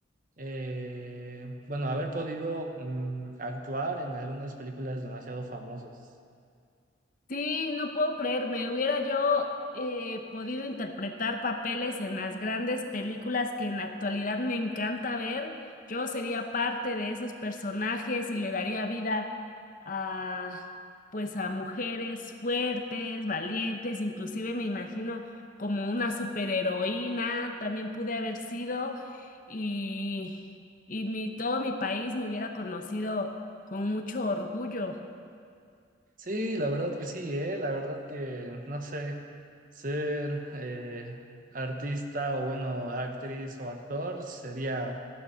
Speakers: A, on the right (about 45°); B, on the left (about 45°).
A: eh, bueno, haber podido mm, actuar en algunas películas demasiado famosas.
B: Sí, no puedo creerme. Hubiera yo eh, podido interpretar papeles en las grandes películas que en la actualidad me encanta ver. Yo sería parte de esos personajes y le daría vida a, pues, a mujeres fuertes, valientes. Inclusive me imagino como una superheroína. También pude haber sido y y mi todo mi país me hubiera conocido con mucho orgullo.
A: Sí, la verdad que sí, eh, la verdad que, no sé, ser eh, artista o bueno, actriz o actor sería